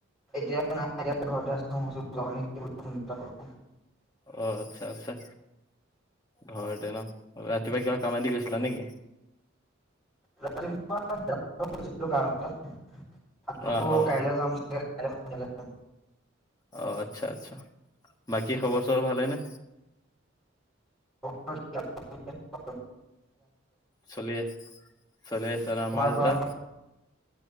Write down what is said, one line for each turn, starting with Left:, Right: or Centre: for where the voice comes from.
Centre: এতিয়া নাই এতিয়া ঘৰতে আছোঁ ‌
Left: অঁ আচ্ছা আচ্ছা ঘৰতে ন ৰাতিপুৱা কিবা কামা দি গৈছিলা নেকি?
Centre: ৰাতি পোৱা কামতে গৈছিলো কাম আকৌ
Left: অ অ
Centre: কাইলৈ যাম চাগে কাইলে সোনকালে
Left: অঁ আচ্ছা আচ্ছা বাকী খবৰ চবৰ ভালেনে?
Centre: <unintelligible>
Left: চলিয়েছ চলিয়েছাৰ
Centre: তোমাৰ
Left: মালটা
Centre: পৰা